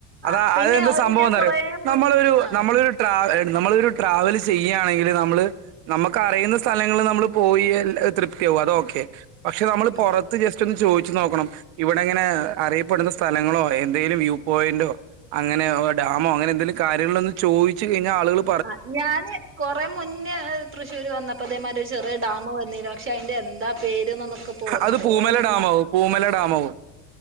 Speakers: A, on the right (about 65°); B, on the right (about 30°).
A: അതാ
B: ആഹ് പിന്നെ
A: അത് എന്താ
B: ഒരു
A: സംഭവംന്ന്
B: ഞാൻ കൊറേ
A: അറിയോ
B: മുൻ
A: നമ്മളൊരു
B: ആഹ്
A: നമ്മളൊരു ട്രാ നമ്മളൊരു ട്രാവല് ചെയ്യാണെങ്കില് നമ്മ്ള് നമ്മക്കറിയുന്ന സ്ഥലങ്ങള് നമ്മ്ള് പോയിയെൽ അഹ് തൃപ്തിയാവും അത് ഓക്കെ പക്ഷെ നമ്മള്
B: ഉം
A: പൊറത്ത് ജസ് സ്റ്റ് ഒന്ന് ചോയിച്ച് നോക്കണം ഇവടെങ്ങനെ അറിയപ്പെടുന്ന സ്ഥലങ്ങളോ എന്തേലും വ്യൂ പോയന്റോ അങ്ങനെയൊ ഓ ഡാമോ അങ്ങനെ എന്തേലും കാര്യങ്ങള് ഒന്ന് ച്ചോയിച്ച് കഴിഞ്ഞാ ആള്കള്
B: ആഹ് ഞാന് കൊറെ മുന്നേ തൃശൂര് വന്നപ്പോ ഇതേമാരി ഒരു ചെറിയ ഡാം വന്നിനോ പക്ഷെ അയിന്റെ എന്താ പേര്ന്നൊന്നു ഇക്ക്പ്പ ഓർമ്മല്ല്യാ
A: അത് പൂമല
B: കുറേ മുന്നെ
A: ഡാമാവും
B: ആണ്
A: പൂമല ഡാമാവും